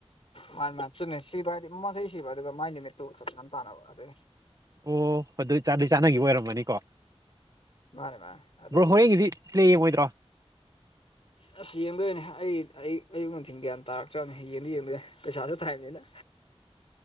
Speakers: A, on the left (about 60°); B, on the right (about 35°).
A: ꯃꯥꯥꯏ ꯃꯁꯨꯅꯦꯁꯤ ꯁꯤꯕ ꯍꯥꯏꯗꯤ ꯃꯃ ꯆꯍꯤ ꯁꯤꯕ ꯑꯗꯨꯒ ꯃꯥꯏ ꯅꯨꯃꯤꯠꯇꯨ ꯆꯞ ꯆꯥꯅ ꯄꯥꯟꯅꯕ ꯑꯗꯨꯩ
B: ꯑꯣ ꯑꯗꯨ ꯆꯥꯗꯩ ꯆꯥꯅꯈꯤꯕ ꯑꯣꯏꯔꯝꯕꯅꯤꯀꯣ
A: ꯃꯥꯅꯦ ꯃꯥꯅꯦ ꯑꯗꯨꯒꯤ
B: ꯕ꯭ꯔꯣ ꯍꯣꯔꯦꯟꯒꯤꯗꯤ ꯆꯌꯦꯕꯣꯏꯗ꯭ꯔꯣ
A: ꯑꯁ ꯌꯦꯡꯗꯣꯏꯅꯦ ꯑꯩ ꯑꯩ ꯑꯌꯨꯛ ꯅꯨꯡꯊꯤꯟ ꯒ꯭ꯌꯥꯟ ꯇꯥꯔꯦ ꯆ ꯌꯦꯡꯗꯤ ꯌꯦꯡꯗ ꯄꯩꯁꯥꯁꯨ ꯊꯥꯏꯕꯅꯤꯅ